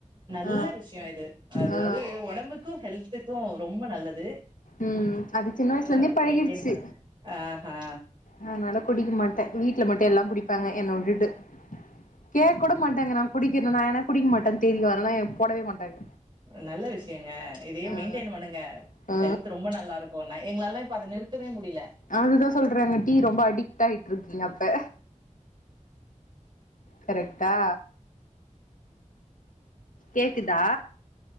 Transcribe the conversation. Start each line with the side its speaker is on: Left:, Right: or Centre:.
Right: நல்ல
Left: ஆ
Right: விஷயம் இது அதுவது
Left: ஆ
Right: ஒடம்புக்கு ஹெல் இப்போ ரொம்ப நல்லது
Left: ம் அது சின்ன
Right: அனால
Left: வயசுல இருந்தே
Right: அத
Left: பழகிடுச்சு
Right: மெய்டெண் பண்ணிட்ட ஆ ஹா
Left: அதனால குடிக்க மாட்டே வீட்ல மட்டு எல்லா குடிப்பாங்க என்ன விட்டுட்டு கேக்க கூட மாட்டாங்க நா குடிக்கிறனா ஏனா குடிக்க மாட்டேன் தெரியு அதனால எனக்கு போடவே மாட்டாங்க
Right: அ நல்ல விஷ்யங்க இதையே
Left: ஆ
Right: மெயின்டெய்ன் பண்ணுங்க
Left: ஆ
Right: ஹெல்த் ரொம்ப நல்லா இருக் கு நா எங்களாலலா இப்ப அத நிறுத்தவே முடிய்ல
Left: அதுதா சொல்றாங்க டீ ரொம்ப அடிக்ட் ஆயிட்ருக்கீங்க அப்ப கரெக்டா கேக்குதா